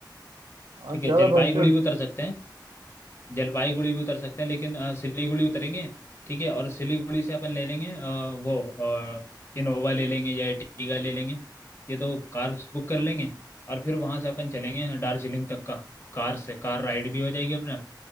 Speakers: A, on the right (about 75°); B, on the left (about 35°).
A: हाँ,
B: ठीक है
A: चलो
B: जलपाईगुड़ी
A: भाई फिर
B: भी उतर सकते हैं जलपाईगुड़ी भी उतर सकते हैं लेकिन अ, सिलीगुड़ी उतरेंगे ठीक है और सिलीगुड़ी से अपन ले लेंगे अ, वो अ, इनोवा ले लेंगे या एर्टिगा ले लेंगे ये दो कार्स बुक कर लेंगे और फिर वहां से अपन चलेंगे दार्जिलिंग तक का कार से कार राइड भी हो जाएगी अपना